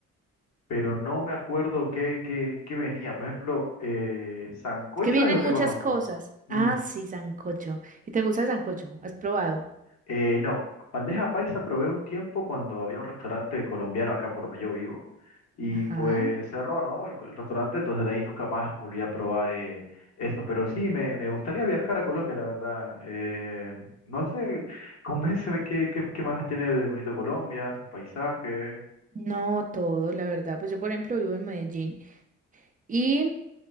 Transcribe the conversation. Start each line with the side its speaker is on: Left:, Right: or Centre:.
Left: pero no me acuerdo qué, qué, qué venía. Por ejemplo, eh, sancocho
Right: es que vienen
Left: es lo que
Right: muchas
Left: conozco.
Right: cosas.
Left: Mm,
Right: Ah, sí, sancocho. ¿Y te gusta el sancocho? ¿Has probado?
Left: eh, no, bandeja paisa probé un tiempo cuando había un restaurante colombiano acá por donde yo vivo y
Right: Ajá.
Left: pues cerró, ¿no? El, co- el restaurante, entonces de ahí nunca más volví a probar eh, eso. Pero sí, me, me gustaría viajar a Colombia, la verdad. Eh, no sé, <laughs> convénceme qué, qué, qué más tiene de bonito Colombia, sus paisajes.
Right: No todo, la verdad. Pues yo, por ejemplo, vivo en Medellín y